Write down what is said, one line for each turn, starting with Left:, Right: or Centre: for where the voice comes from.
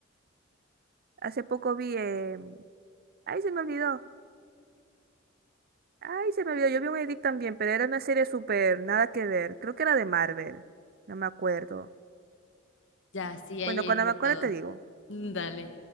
Right: Hace poco vi... em, Ay, se me olvidó. Ay, se me olvidó, yo vi un edit también, pero era una serie súper, nada que ver. Creo que era de Marvel, no me acuerdo.
Left: Ya, sí hay
Right: Bueno,
Left: edits
Right: cuando me
Left: de
Right: acuerdo
Left: todo.
Right: te digo.
Left: Mm, Dale.